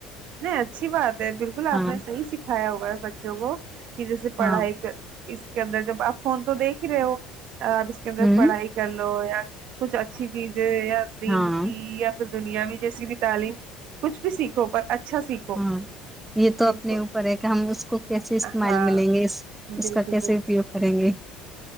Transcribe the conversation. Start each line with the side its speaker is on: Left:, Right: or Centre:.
Right: نہیں اچھی بات ہے بالکل آپ
Centre: ہاں
Right: نے صحیح سکھایا ہوگا ہے بچوں کو کہ جیسے پڑھائی
Centre: ہاں
Right: کا اس کے اندر جب آپ فون تو دیکھ ہی رہے ہو آپ اس کے اندر
Centre: ہوں
Right: پڑھائی کر ل یا کچھ اچھی چیز دی
Centre: ہاں
Right: دنیا میں جیسی بھی تعلیم کچھ بھی سیکھو پر اچھا سیکھو
Centre: ہاں یہ تو
Right: بالکل
Centre: اپنے اوپر ہے کہ ہم اس کو کیسے استعمائل
Right: ہاں
Centre: ملیں گے اس
Right: بالکل
Centre: کا کیسے
Right: بالکل
Centre: اپیوگ کریں گے